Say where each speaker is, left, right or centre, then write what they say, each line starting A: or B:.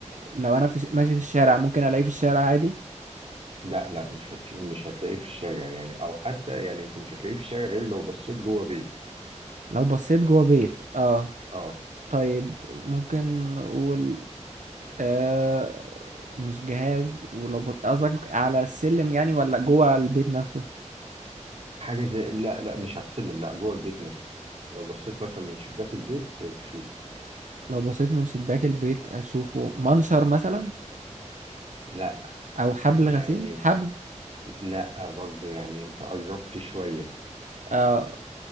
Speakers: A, on the right; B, on the right.
A: لو انا في... ش- ماشي في الشارع ممكن الاقيه في الشارع عادي
B: لا لا مش هتش... مش هتلاقيه في الشارع يعني او حتى يعني انت مش هتلاقيه في الشارع غير لو بصيت جوه بيت
A: لو بصيت جوه بيت اه
B: اه
A: طيب ممكن نقول آه مش جهاز ولو ب- قصدك على السلم يعني ولا جوه البيت نفسه
B: حاجه زي لا لا مش على السلم لا جوه البيت نفسه لو بصيت مثلا من شباك البيت تشوف
A: لو بصيت من شباك البيت اشوفه منشر مثلا
B: لا
A: او حبل
B: يعني
A: غسيل حبل
B: لا برضو يعني انت قربت شويه
A: آه